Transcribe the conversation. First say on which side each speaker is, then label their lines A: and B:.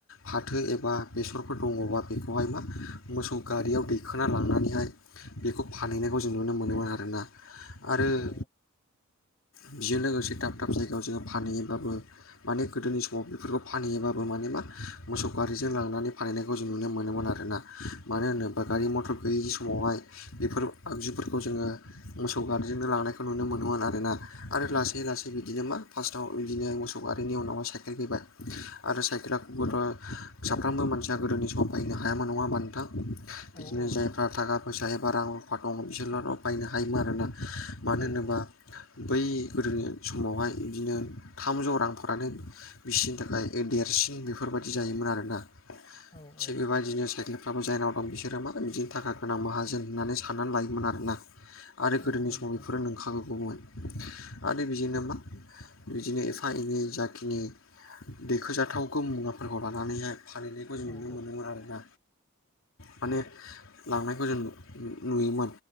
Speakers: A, on the left (about 80°); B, on the left (about 30°).
A: फाथो एबा बेसरफोर दङबा बेखौहाय मा मोसौ गारियाव दैखोना लांनानैहाय बेखौ फानहैनायखौ जों नुनो मोनोमोन आरोना आरो
B: औ
A: बेजों लोगोसे दाब दाब जायगायाव जोङो फानहैयोब्लाबो माने गोदोनि समाव बेफोरखौ फानहैयोबाबो माने मा मोसौ गारिजों लांनानै फानहैनायखौ जों नुनो मोनोमोन आरोना मानो होनोब्ला गारि मथर गैयिनि समावहाय बेफोर आगजुफोरखौ जोङो मोसौ गारिजोंनो लानायखौ नुनो मोनोमोन आरोना आरो लासै लासै बिदिनो मा फार्स्टआव बिदिनो मोसौ गारिनि उनाव साइकेल फैबाय आरो साइकेलाथ' साफ्रोमबो
B: औ
A: मोनसि दा गोदोनि समाव बायैनो हायामोन नङा होनबा नोंथां बिदिनो
B: औ औ
A: जायफ्रा
B: नंगौ
A: थाखा थाखा फैसा एबा रां रुफा दङ बिसोरल' बायनो हायोमोन आरोना मानो
B: औ
A: होनोबा
B: औ
A: बै गोदोनि समावहाय बिदिनो थामजौ रां फानो बिसिनि थाखाय देरसिन बेफोरबायदि जायोमोन आरोना
B: औ औ
A: थिग
B: नोंथां
A: बेबायदिनो साइकेल फाबो जायनाव दं बिसोरो मा बिदिनो थाखा गोनां माहाजोन होननानै साननानै लायोमोन आरोना। आरो
B: औ
A: गोदोनि
B: औ
A: समाव
B: नोंथां
A: बेफोरो
B: औ
A: नंखागौमोन। आरो बिजोंनो मा बिदिनो एफा एनै जाखिनि दैखोजाथावखौ मुवाफोरखौ लानानैहाय फालिनायखौ जों नुनो
B: औ
A: मोनोमोन आरोना माने। लांनायखौ जों नुयोमोन